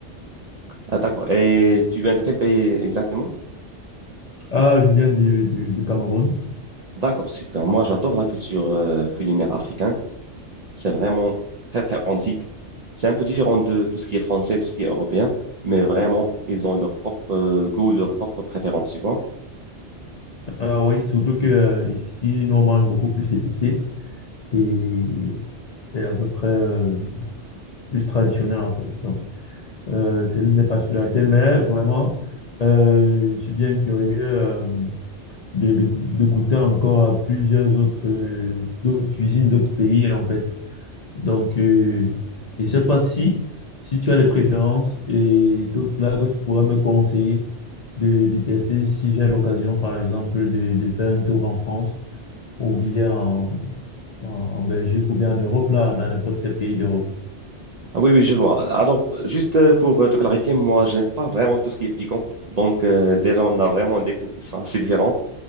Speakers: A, on the right; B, on the left.
A: Ah, d'accord. Et tu viens de quel pays exactement?
B: Ah, je viens du, du, du Cameroun.
A: D'accord, super. Moi, j'adore la culture euh, culinaire africaine. C'est vraiment très, très authentique. C'est un peu différent de tout ce qui est français, tout ce qui est européen, mais vraiment, ils ont leur propre euh, goût, leur propre préférence, tu vois.
B: Ah oui, surtout que euh, ici, nous, on mange beaucoup plus épicé et, et à peu près euh, plus traditionnel, en fait. Donc, euh, c'est l'une des particularités. Mais vraiment, euh, je suis bien curieux euh, de, de- de goûter encore à plusieurs autres, euh, d'autres cuisines, d'autres pays, en fait. Donc, euh, je ne sais pas si, si tu as des préférences et d'autres plats que tu pourras me conseiller de, de tester si j'ai l'occasion, par exemple, de, de faire un tour en France ou bien en, en- en Belgique, ou bien en Europe, là, dans n'importe quel pays d'Europe.
A: Ah oui, oui, je vois. Alors, euh, juste euh, pour euh, te clarifier, moi, j'aime pas vraiment tout ce qui est piquant. Donc, euh, déjà, on a vraiment des goûts qui sont assez différents.